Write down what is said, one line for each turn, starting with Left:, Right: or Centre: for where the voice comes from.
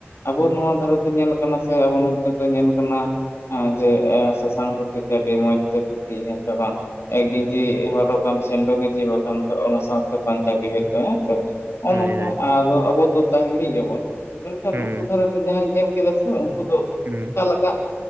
Left: ᱟᱵᱚ ᱱᱚᱣᱟ ᱫᱷᱟᱨᱮᱫᱮ ᱧᱮᱞ ᱠᱟᱱᱟ ᱥᱮ ᱟᱵᱚ ᱱᱚᱛᱮ ᱫᱚ ᱧᱮᱞ ᱠᱟᱱᱟ᱾ ᱮ ᱡᱮ ᱥᱟᱥᱟᱝ ᱫᱷᱩᱛᱤ ᱢᱚᱡᱛᱮ ᱫᱷᱩᱛᱤ ᱦᱮ ᱥᱮ ᱵᱟᱝ᱾ ᱮ ᱜᱮᱡᱤ ᱦᱚᱨᱚᱜ ᱟᱢ ᱥᱮᱱᱰᱚ ᱜᱮᱡᱤ ᱵᱟᱠᱷᱟᱱ ᱫᱚ ᱚᱱᱟ ᱥᱟᱶᱛᱮ ᱯᱟᱧᱡᱟᱵᱤ ᱦᱚᱭᱛᱳ ᱦᱮ ᱥᱮ᱾ ᱱᱚᱜᱼᱚ
Right: ᱦᱳᱭ
Left: ᱱᱚᱝᱠᱟ
Right: ᱦᱳᱭ
Left: ᱟᱫᱚ ᱟᱵᱚᱫᱚ ᱫᱟᱦᱲᱤ ᱜᱮᱭᱟᱵᱚᱱ ᱢᱮᱱᱠᱷᱟᱱ
Right: ᱦᱩᱸ
Left: ᱩᱱᱠᱩ ᱫᱷᱟᱨᱮ ᱡᱟᱦᱟᱸᱭ ᱧᱮᱞ ᱠᱮᱫᱮ ᱥᱮ ᱩᱱᱠᱩ ᱫᱚ
Right: ᱦᱩᱸ᱾
Left: ᱚᱠᱟ ᱞᱮᱠᱟ